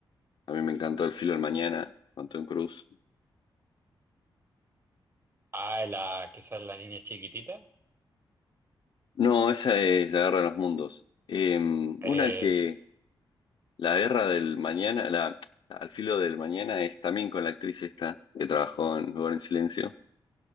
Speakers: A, on the left; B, on the right.
A: A mí me encantó El filo del mañana, con Tom Cruise.
B: Ah, la que sale la niña chiquitita.
A: No, esa es La guerra de los mundos. Eh, una
B: Es...
A: que, La guerra del mañana, la, Al filo del mañana es también con la actriz esta, que trabajó en Lugar en Silencio.